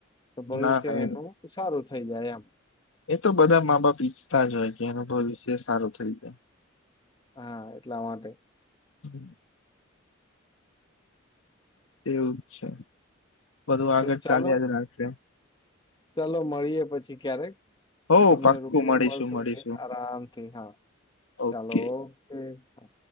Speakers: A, on the left (about 20°); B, on the left (about 80°).
A: તો ભવિષ્ય
B: ના ના
A: એનું સારું થઈ જાય એમ.
B: એ તો બધા મા બાપ ઈચ્છતા જ હોય કે એનુ ભવિષ્ય સારું થઈ જાય.
A: હા એટલા માટે.
B: હમ્મ. એવું જ છે. બધું આગળ
A: તો ચાલો
B: ચાલ્યા જ રાખશે.
A: ચાલો મળીએ પછી ક્યારેક.
B: હો
A: તમને
B: પાક્કું
A: રૂબરૂ
B: મળીશું
A: મળશું
B: મળીશું
A: ને આરામથી હા,
B: ઓકે
A: ચાલો, ઓ કે. હા.